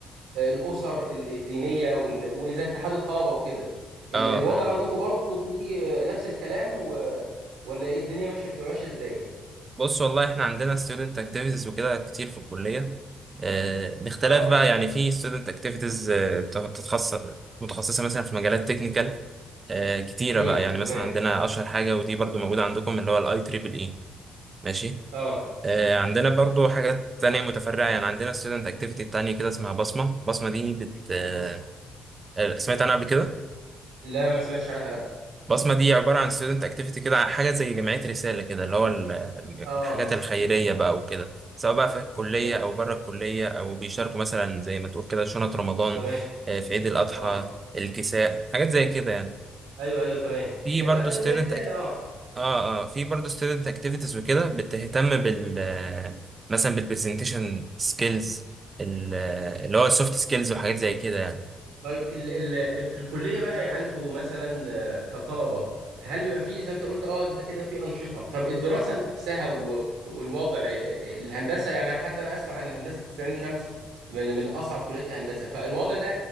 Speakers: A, on the right (about 90°); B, on the right (about 35°).
A: آه، الاسر ال- الدينيه وال- واذا اتحاد الطلبه وكده ال-
B: اه
A: الوضع
B: اه.
A: عندكم برضو في آه، نفس الكلام و... ولا ايه الدنيا ماشيه بتبقى ماشيه ازاي
B: بص والله احنا عندنا student activities وكده كتير في الكلية آه، باختلاف
A: اه
B: بقى يعني في student activities آه، بتخ- بتتخصص متخصصة مثلا في مجالات technical آه، كتيرة
A: امم
B: بقى يعني مثلا
A: تمام
B: عندنا أشهر حاجة ودي برضو موجودة عندكم اللي هو ال IEEE ماشي
A: اه
B: آه، عندنا برضو حاجات تانية متفرعة يعني عندنا student activity تانية كده اسمها بصمة بصمة دي بت آه،
A: بص
B: سمعت عنها قبل كده
A: لا ما سمعتش عنها لا
B: بصمة دي عبارة عن ستودنت اكتيفيتي كده عن حاجة زي جمعية رسالة كده اللي هو ال- ال-
A: اه
B: الحاجات الخيرية بقى وكده سواء بقى في الكلية
A: تم-
B: أو بره الكلية أو بيشاركوا مثلا زي ما تقول كده شنط رمضان
A: تمام
B: آه، في عيد الأضحى
A: اه
B: الكساء حاجات زي كده يعني
A: ايوه ايوه تمام
B: في
A: زي,
B: برضه
A: آه،
B: ستودنت
A: زي رساله
B: أك...
A: اه
B: اه اه في برضه ستودنت اكتيفيتيز وكده بتهتم بال آه، مثلا بالبرزنتيشن سكيلز اللي هو السوفت سكيلز وحاجات زي كده يعني
A: طيب ال ال في الكليه بقى يعني انتوا مثلا آه، كطلبه هل بيبقى فيه زي ما انت قلت اه انت كده في انشطه طب الدراسه نفسها و- والوضع آه، الهندسه يعني حتى انا اسمع ان هندسه عين شمس من من اصعب كليات الهندسه فالوضع ده